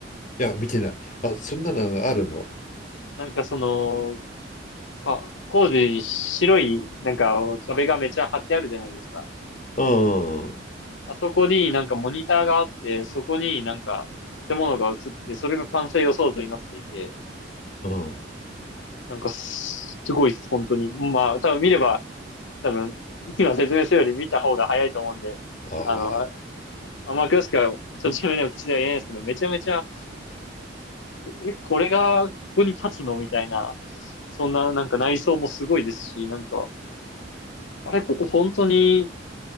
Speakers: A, on the left; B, on the left.
A: いや、見てない。あ、そんなのあるの
B: なんかその、か、工事に白い、なんか壁がめちゃ張ってあるじゃないですか。
A: うん、
B: あそこになんかモニターがあって、そこになんか建物が映ってて、それが完成予想図になっていて、
A: うん。
B: なんかすすごいです、本当に。まあ、多分見れば多分、今説明するより見た方が早いと思うんで、
A: ああ。
B: あの、あ甘く詳しくは、ちょっとは口では言えないですけど、めちゃめちゃ、え、これが、ここに立つのみたいな、そんな、なんか内装もすごいですし、なんか、あれ、ここ本当に